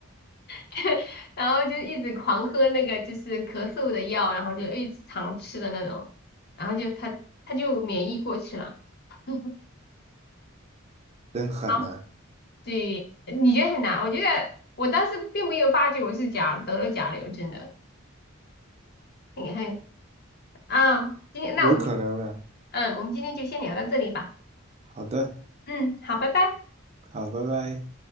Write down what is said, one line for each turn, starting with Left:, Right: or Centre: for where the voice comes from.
Left: <laughs> 然后就一直狂喝那个就是咳嗽的药，然后就一直常吃的那种，然后就他他就免疫过去了。<laughs>
Right: 真狠呐、
Left: 好，对，你觉得很难？我觉得我当时并没有发觉我是甲得了甲流，真的。你看啊，今天那我们
Right: 有可能了。
Left: 嗯，我们今天就先聊到这里吧。
Right: 好的，
Left: 嗯，好，拜拜。
Right: 好，拜拜。